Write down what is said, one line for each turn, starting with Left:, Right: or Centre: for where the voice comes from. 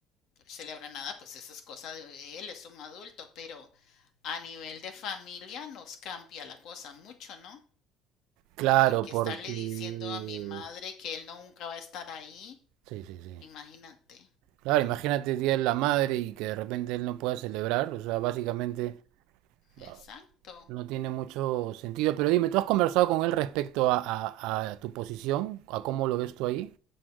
Left: celebrar nada, pues esa es cosa de él, es un adulto, pero a nivel de familia nos cambia la cosa mucho, ¿no?
Right: Claro,
Left: Porque
Right: porque...
Left: estarle diciendo a mi madre que él no, nunca va a estar ahí,
Right: Sí, sí, sí.
Left: imagínate.
Right: Claro, imagínate el Día de la Madre y que de repente él no pueda celebrar, o sea, básicamente no-
Left: Exacto.
Right: no tiene mucho sentido. Pero dime, ¿tú has conversado con él respecto a, a- a tu posición? ¿A cómo lo ves tú ahí?